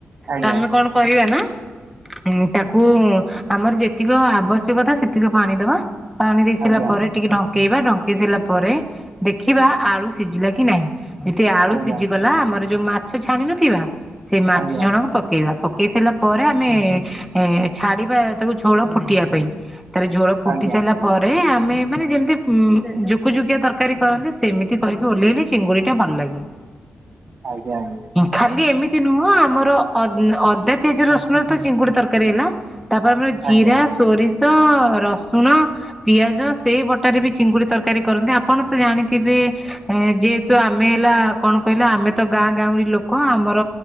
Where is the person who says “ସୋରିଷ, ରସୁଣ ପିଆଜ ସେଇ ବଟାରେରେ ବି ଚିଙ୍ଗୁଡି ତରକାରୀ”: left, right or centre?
Centre